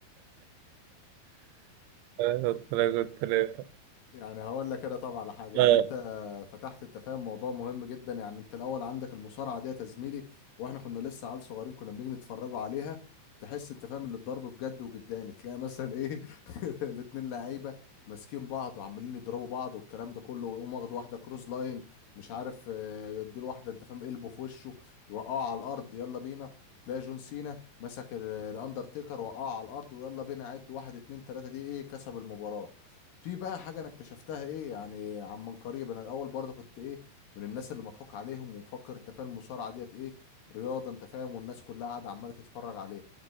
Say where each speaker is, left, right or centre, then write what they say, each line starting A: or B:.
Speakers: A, on the right; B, on the left.
A: ثلاثة ثلاثة ثلاثة
B: يعني هقول لك انا طبعا على حاجه يعني
A: آه.
B: انت فتحت انت فاهم موضوع مهم جدا يعني انت الاول عندك المصارعه ديت يا زميلي واحنا كنا لسه عيال صغيرين كنا بنيجي نتفرجوا عليها تحس انت فاهم اللي الضرب بجد وجداني تلاقي مثلا ايه <laughs> الاتنين لعيبه ماسكين بعض وعمالين يضربوا بعض والكلام ده كله ويقوم واخد واحده كروز لاين مش عارف آه، يديله واحده انت فاهم قلبه في وشه يوقعه على الارض يلا بينا تلاقي جون سينا مسك ال- الاندرتيكر وقعه على الارض ويلا بينا عد واحد اتنين تلاته دي ايه كسب المباراه في بقى حاجة أنا اكتشفتها إيه يعني عن من قريب أنا الأول برضه كنت إيه من الناس اللي مضحوك عليهم ومفكر أنت فاهم المصارعة ديت إيه رياضة أنت فاهم والناس كلها قاعدة عمالة تتفرج عليها